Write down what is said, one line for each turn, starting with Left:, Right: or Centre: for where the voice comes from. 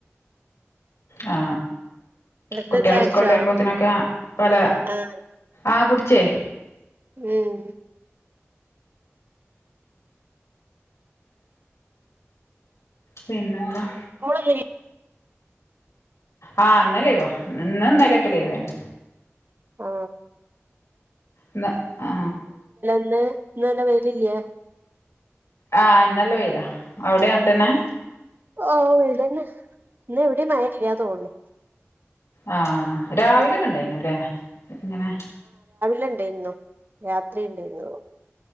Left: ആ
Right: ഇങ്ങള്
Left: കുട്ട്യള്
Right: ചായുടിച്ചോ
Left: സ്കൂൾ ട്ടെരുമ്പോത്തിനൊക്കെ പല
Right: ആഹ്
Left: ആ കു ച്ച്
Right: ഉം
Left: പിന്നെന്താ
Right: <unintelligible>
Left: ആ ഇന്ന് ലീവാ ഇന്ന് ഇന്നലൊക്കെ ലീവേനി
Right: ഓ
Left: ന്ന ആ
Right: ഇന്ന് ഇന്ന് നല്ല വെയിലില്ല്യേ
Left: ആ ഇന്നല്ലവെയ്ലാ അവടി അങ്ങൻതന്നെ
Right: ഓ വെയ്ലെന്നെ എന്ന ടിം മഴ ല്ല്യാ തോന്ന്നു
Left: ആ രാവിലൊക്കെണ്ടാ യ്നില്ലെ ഇങ്ങനെ
Right: ല്ണ്ടേര്ന്നു രാത്രി ഇണ്ടേയിര്ന്നോ